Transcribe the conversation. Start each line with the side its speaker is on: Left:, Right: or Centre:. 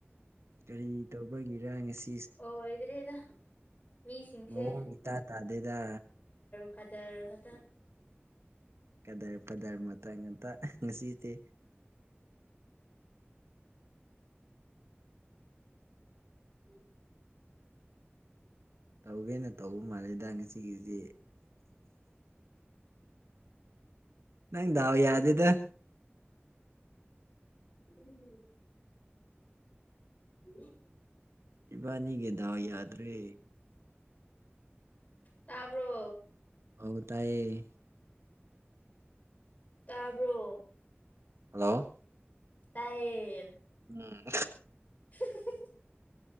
Right: ꯀꯔꯤ ꯇꯧꯕꯒꯤꯔ ꯉꯁꯤ
Left: ꯑꯣꯏꯗ꯭ꯔꯦꯗ ꯃꯤꯁꯤꯡꯁꯦ
Right: ꯃꯑꯣꯡ ꯏꯇꯥ ꯇꯥꯗꯦꯗ
Left: ꯐꯖꯔ ꯈꯠꯇ
Right: ꯀꯗꯔ ꯐꯗꯔ ꯃꯇꯥꯡ ꯉꯥꯛꯇ ꯉꯁꯤꯗꯤ
Left: ꯎꯝ
Right: ꯇꯧꯒꯦꯅ ꯇꯧꯕ ꯃꯥꯜꯂꯦꯗ ꯉꯁꯤꯒꯤꯁꯤꯗꯤ ꯅꯪ ꯗꯥꯎ ꯌꯥꯗꯦꯗ
Left: ꯎꯝ <unintelligible>
Right: ꯏꯕꯥꯅꯤꯒꯤ ꯗꯥꯎ ꯌꯥꯗ꯭ꯔꯦ
Left: ꯇꯕ꯭ꯔꯣ
Right: ꯑꯧ ꯇꯥꯏꯌꯦ
Left: ꯇꯥꯕ꯭ꯔꯣ
Right: ꯍꯜꯂꯣ
Left: ꯇꯥꯏꯌꯦ
Right: ꯎꯝ
Left: <unintelligible>